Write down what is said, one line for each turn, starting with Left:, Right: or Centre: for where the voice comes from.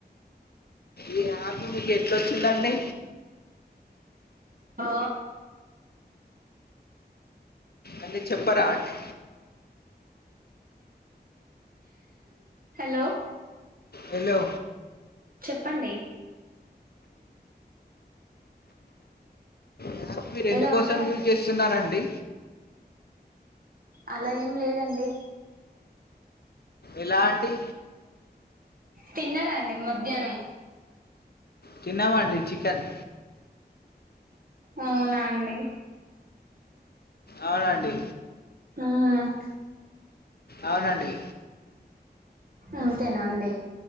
Left: ఈ యాపు మీకు ఎట్లొచ్చిందండి
Right: ఓ
Left: అంటే చెప్పరాండి
Right: హలో
Left: హలో
Right: చెప్పండి
Left: ఈ మీరు ఎందుకోసం
Right: ఏదో అంటున్నారు
Left: యూజ్
Right: కదా
Left: చేస్తున్నారండి
Right: అలా ఏం లేదండి
Left: ఎలా అండి
Right: తిన్నారాండి మధ్యాహ్నం
Left: తిన్నామండి చికెన్
Right: అవునాండి
Left: అవునండి
Right: ఉమ్మ్
Left: అవునండి
Right: అంతేనాండి